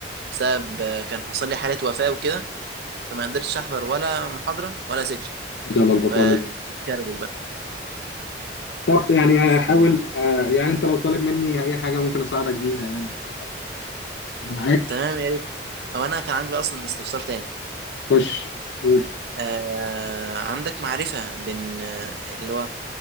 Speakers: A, on the right; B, on the left.
A: بسبب آه، كان حصل لي حالة وفاة وكده فما قدرتش احضر ولا محاضرة ولا سيكشن
B: يلا البقاء
A: فكربت
B: لله
A: بقى
B: طب يعني
A: ف-
B: هحاول آه، يعني انت لو طالب مني اي حاجه ممكن اساعدك بيها يعني ما تقلقش انا معاك
A: تمام يا ريت هو انا كان عندي بقى اصلا استفسار تاني
B: خش قول
A: آه عندك معرفة بين آه، اللي هو